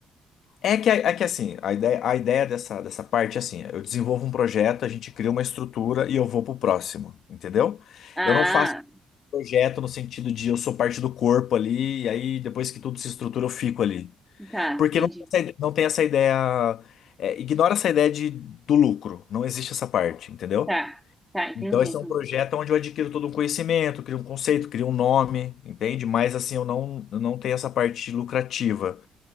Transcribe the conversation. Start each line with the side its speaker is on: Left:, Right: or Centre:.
Left: É que, é que assim, a ideia, a ideia dessa, dessa parte é assim, eu desenvolvo um projeto, a gente cria uma estrutura e eu vou pro próximo, entendeu?
Centre: Ah,
Left: Eu não faço projeto no sentido de eu sou parte do corpo ali, e aí depois que tudo se estrutura eu fico ali.
Centre: tá,
Left: Porque
Centre: entendi.
Left: não, tem essa ide- não tem essa ideia, é, ignora essa ideia de, do lucro, não existe essa parte, entendeu?
Centre: Tá, tá, entendi.
Left: Então esse é um projeto onde eu adquiro todo um conhecimento, crio um conceito, crio um nome, entende? Mas assim, eu não, eu não tenho essa parte lucrativa.